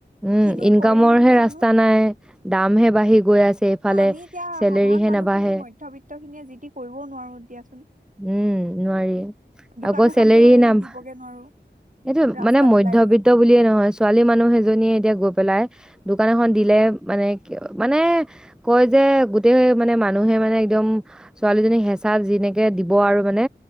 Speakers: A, in the centre; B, on the right.
A: উম,
B: কিনো
A: ইন
B: কৰিম
A: কামৰ হে
B: জানো?
A: ৰাস্তা নাই? দামহে বাঢ়ি গৈ আছে। এইফালে
B: অঁ, আমি এতিয়া
A: চেলেৰিহে
B: সাধাৰণ মানুহ
A: নাবাঢ়ে
B: খিনি মধ্যবিত্ত খিনিয়ে যি টি কৰিবও নোৱাৰো দিয়া চোন।।
A: উম নোৱাৰি
B: দোকান
A: আকৌ
B: এখনতো
A: চেলেৰ নামভা
B: দিবগে নোৱাৰো
A: এইটো
B: ৰাস্তাত
A: মানে মধ্্যবিত্ত
B: ওলাই গৈ।
A: বুলিয়ে নহয় ছোৱালী মানুহ এজনীয়ে এতিয়া গৈ পেলাই দোকান এখন দিলে মানে কি মানে কয় যে গোতেেই মানে মানুহে মানে একদম ছোৱালীজনী হেঁচা যিনেকে দিব আৰু মানে